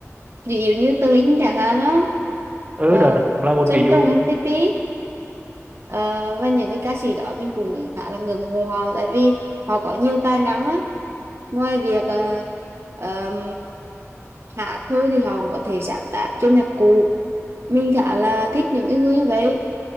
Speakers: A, on the right; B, on the right.
A: ví dụ như Tờ Linh chẳng hạn đó.
B: ừ
A: Ờ,
B: đó, đó cũng là một
A: Sơn
B: ví dụ
A: Tùng MTP Ờ, và những cái ca sĩ đó mình cũng khá là ngưỡng mộ họ tại vì họ có nhiều tài năng á ngoài việc ờ, ờm, hát thôi thì họ cũng có thể sáng tác trên nhạc cụ mình khá là thích những cái người như vậy